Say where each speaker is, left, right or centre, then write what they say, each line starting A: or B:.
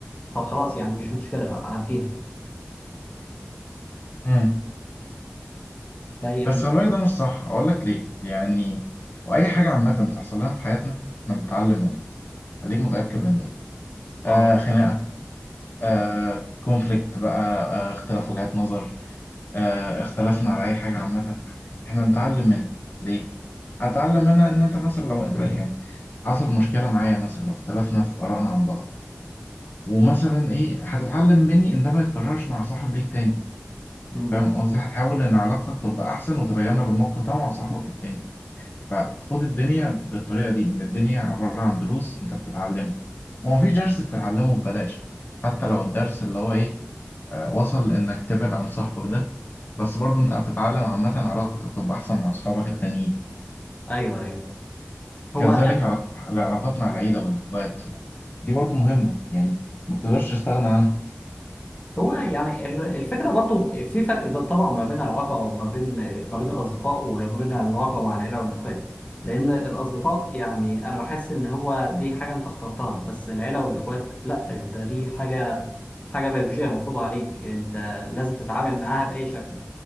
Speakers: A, on the left (about 35°); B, on the left (about 50°).
A: طب خلاص يعني مش مشكله اعديها
B: امم
A: فيعني
B: بس خلي بالك ده مش صح اقول لك ليه يعني واي حاجه عامه بتحصل لنا في حياتنا احنا بنتعلم منها خليك متاكد من ده آه
A: اه
B: خناقه آه كونفليكت بقى آه اختلاف وجهات نظر آه، اختلفنا على اي حاجه عامه احنا نتعلم منها ليه هتعلم منها ان انت مثلا لو لا، يعني حصل مشكله معايا مثلا واختلفنا في ارائنا عن بعض ومثلا ايه هتتعلم مني ان ده ما يتكررش مع صاحب ليك تاني
A: مم.
B: فاهم قصدي هتحاول ان علاقتك تبقى احسن وتتجنب الموقف ده مع صاحبك التاني فخد الدنيا بالطريقة دي إن الدنيا عبارة عن دروس أنت بتتعلمها ومفيش درس بتتعلمه ببلاش حتى لو الدرس اللي هو إيه آه، وصل إنك تبعد عن صاحبك ده بس برضه أنت هتتعلم عامة علاقتك تبقى أحسن مع أصحابك التانيين
A: ايوه ايوه هو
B: كذلك علاق- العلاقات مع العيلة والإخوات دي برضه مهمة يعني ما تقدرش تستغنى عنها
A: هو يعني ال- الفكرة برضو في فرق ب- طبعا ما بين العلاقة ما بين ما بين الأصدقاء وما بين العلاقة مع العيلة والإخوان لأن الأصدقاء يعني أنا بحس إن هو دي حاجة أنت اخترتها بس العيلة والإخوات لأ أنت دي حاجة حاجة بيولوجية مفروضة عليك أنت لازم تتعامل معاها بأي شكل